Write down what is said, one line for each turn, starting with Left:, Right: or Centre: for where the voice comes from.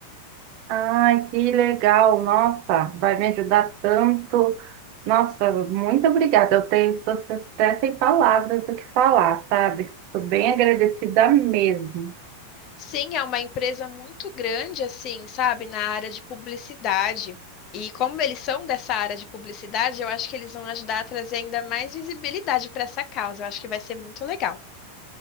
Right: Ai, que legal, nossa, vai me ajudar tanto. Nossa, muito obrigada. Eu tenho, tô até sem palavras do que falar, sabe? Estou bem agradecida mesmo.
Left: Sim, é uma empresa muito grande, assim, sabe, na área de publicidade. E como eles são dessa área de publicidade, eu acho que eles vão ajudar a trazer ainda mais visibilidade para essa causa. Eu acho que vai ser muito legal.